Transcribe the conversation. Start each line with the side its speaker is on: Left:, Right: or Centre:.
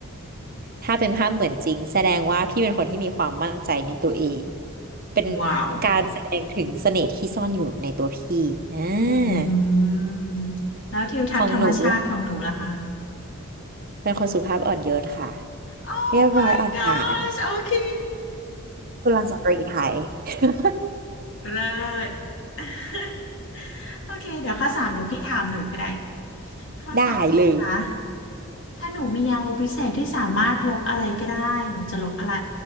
Right: ถ้าเป็นภาพเหมือนจริงแสดงว่าพี่เป็นคนที่มีความมั่นใจในตัวเอง เป็น
Left: ว้าว
Right: การแสดงถึงเสน่ห์ที่ซ่อนอยู่ในตัวพี่อ่า
Left: อืมแล้วทิวทัศน์ธรรมชาติของหนูล่ะคะ
Right: ของหนูเป็นคนสุภาพอ่อนโยนค่ะ
Left: โอ้
Right: เรียบร้อยอ่อนหวาน
Left: my gosh โอเค
Right: กุลสตรีไทย <laughs>
Left: เลิศ <laughs> โอเคเดี๋ยวข้อสามเดี๋ยวพี่ถามหนูก็ได้ข้อสามนะคะ
Right: ได้เลย
Left: ถ้าหนูมียางลบพิเศษที่สามารถลบอะไรก็ได้หนูจะลบอะไร